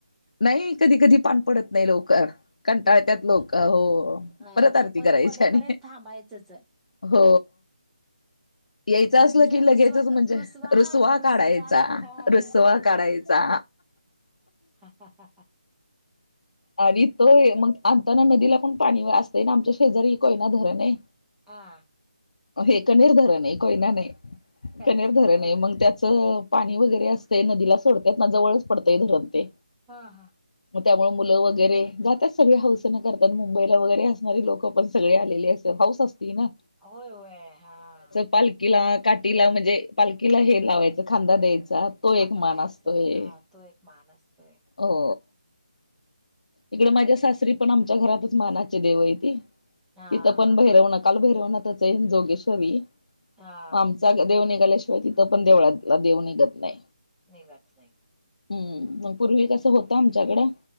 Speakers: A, on the left (about 75°); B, in the centre.
A: नाहीं कधीं कधीं पानं पडतं नाहीं लवकरं. कंटाळत्यांत
B: लवकर
A: लोकं
B: पडत
A: हो
B: हा
A: परंत आरती
B: तो पर
A: करांयची
B: पडेपर्यंत
A: आणि.
B: थांबायचंच अ
A: हो, यायचं असलं
B: म्हणजे
A: कि
B: रुसवा
A: लगेयचंच म्हणजे
B: रुसवा
A: रसुंवा
B: रुस
A: काढांयचा.
B: जास्त हा
A: रुसुंवा
B: रुसवा
A: काढांयचा.
B: हां हां हां
A: आणि तो मंग आणतांना नदीला पणं पाणी असतंय नां आमच्या शेजारी कोयना धरणं आहे.
B: हां,
A: हे कनीर धरणं आहे कोयनां नाहीं
B: कनेरी
A: कनीर धरणं
B: हा
A: आहे मंग त्यांचं पाणी वगैरें असतंय नदीला सोडतांत नां जवळचं पडतंय धरणं ते
B: हां- हां
A: मंग त्यांमुळं मुलं वगैरें जातांत सगळे हौसंने करतांत मुंबईला वगैरें असणारी लोकं पणं सगळे आलेले असतांत हाऊस असते. अरे वां
B: होयं होयं हां.
A: पालखीला काठीला म्हणजे पालखीला हे लावायच खांदा द्यायचा. तो
B: खांदा
A: एक मान
B: द्यायचं
A: असतोय.
B: हा तो एक मान असतोय.
A: हो. इकडे माझ्या सासरी पण आमच्या घरातच मानाचे देव आयती.
B: हा
A: तिथं
B: हा
A: पण भैरवनाथ काल भैरवणाथाच आय जोगेश्वरी
B: हा
A: म आमच देव निघाल्याशिवाय तिथं पण देवळातला देव निघत नाय.
B: निघत नाय.
A: हम्म मग पूर्वी कसं होतं आमच्याकडं.